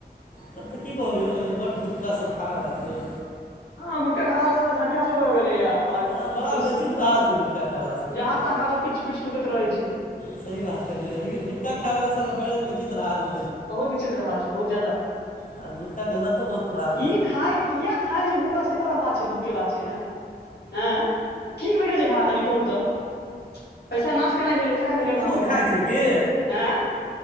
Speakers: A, on the left; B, on the left.
A: तब तऽ की कहू यौ बड गुटखा सब खा रहल छै यौ।
B: हँ गुटखा खाय बला सब के संख्या सेहो भय गेलै हँ। आओर
A: हँ बड़ा
B: ओ जहाँ
A: बेचित रहल छै गुटका खायवला सबके लेकिन
B: तहाँ खाकऽ पीच-पीच थूकैत रहै छैय।
A: सही बात कहलियै लेकिन गुटका खाय वला सबके बरा बिचित्र हाल।
B: बहुत विचित्र हाल छै बहुत ज्यादा
A: आ गुटकाके लतो बहुत खराब
B: की
A: होइ छैय।
B: खाय किया खाइ छैय गुटखा से बला बात छैय दुःख के बात छैय न। ऍ की भेटै छै खाके से कनी कहू तऽ। पैसा नाश केनाय भेलै सैह भेलै आर
A: अहूँ
B: की भेलै एँ
A: खाइ छी की